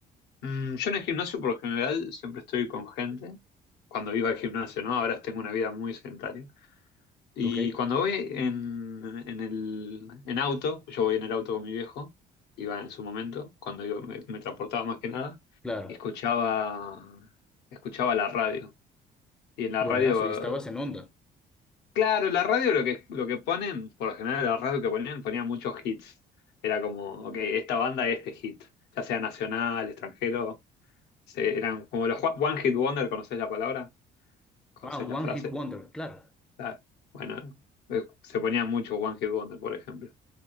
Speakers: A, on the left (about 80°); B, in the centre.
A: Mm, yo en el gimnasio por lo general siempre estoy con gente. Cuando iba al gimnasio, ¿no? Ahora tengo una vida muy sedentaria. Y
B: ¿Ok?
A: cuando voy en, en el en auto, yo voy en el auto con mi viejo, iba en su momento, cuando yo me, me transportaba más que nada,
B: Claro.
A: y escuchaba, escuchaba la radio. Y en la
B: Buenas,
A: radio
B: hoy estabas en onda.
A: Claro, la radio lo que, lo que ponen, por lo general la radio que ponían, ponían muchos hits. Era como, ok, esta banda este hit, ya sea nacional, extranjero, se- eran como los one one hit wonder, ¿conocés la palabra? ¿Conocés
B: Wow,
A: la
B: One
A: frase?
B: Hit Wonder, claro.
A: Claro. Bueno, eh, se ponían mucho one hit wonder, por ejemplo.